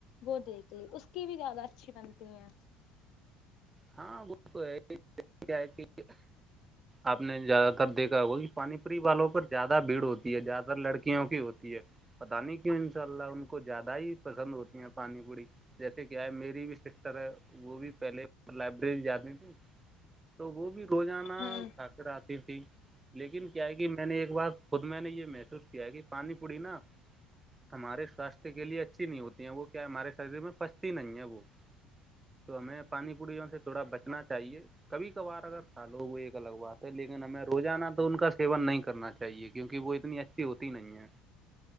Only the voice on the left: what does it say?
وہ دیکھ اس کی بھی زیادہ اچھی بنتی ہیں-
ہوں